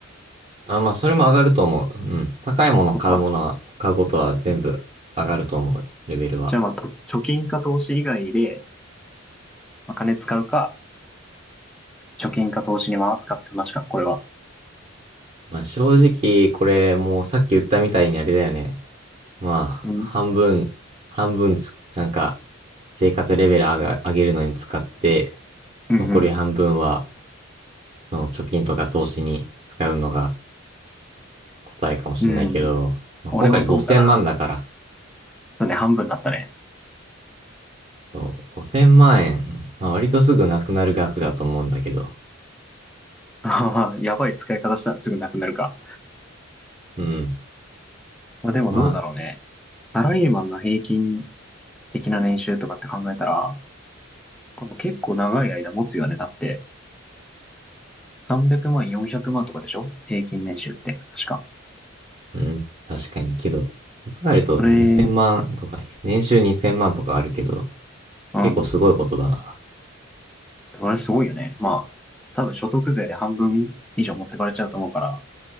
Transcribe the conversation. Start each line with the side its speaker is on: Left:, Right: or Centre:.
Right: あ、まあ、それも上がると思う。うん。高いもの買うものは、
Centre: そっか。
Right: 買うことは全部上がると思う、レベルは。
Centre: じゃあまあ、と貯金か投資以外で、まあ、金使うか、貯金か投資に回すかって話か、これは。
Right: まあ、正直、これ、もうさっき言ったみたいにあれだよね。まあ、
Centre: うん。
Right: 半分、半分つ、なんか、生活レベル上が、上げるのに使って、
Centre: うん
Right: 残り半分は、その貯金とか投資に使うのが、答えかもしれないけど、
Centre: うん。うん。
Right: まあ、
Centre: 俺もそうかな。
Right: 今回5000万だから、
Centre: そうね、半分になったね。
Right: そう5000万円、まあ、割とすぐなくなる額だと思うんだけど、
Centre: <laughs> まあ、やばい使い方したらすぐなくなるか。
Right: うん。
Centre: まあでもどうだろうね。
Right: まあ、
Centre: サラリーマンの平均的な年収とかって考えたら、これも結構長い間持つよね。だって、300万、400万とかでしょ平均年収って、確か。
Right: うん、確かにけど、そう考えると2000万とか、
Centre: それ、
Right: 年収2000万とかあるけど、
Centre: うん。
Right: 結構すごいことだな。
Centre: それすごいよね。まあ、多分所得税で半分以上持ってかれちゃうと思うから、